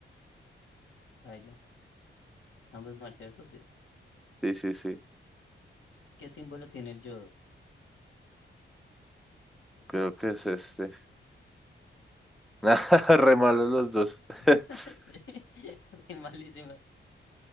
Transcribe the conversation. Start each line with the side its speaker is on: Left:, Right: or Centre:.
Left: baila. Ambos mal, ¿cierto? Sí.
Centre: Sí, sí, sí.
Left: ¿Qué símbolo tiene el yodo?
Centre: Creo que es este. <laughs> Nada, re malos los dos. <laughs>
Left: <laughs> Sí, <laughs> qué malísimas.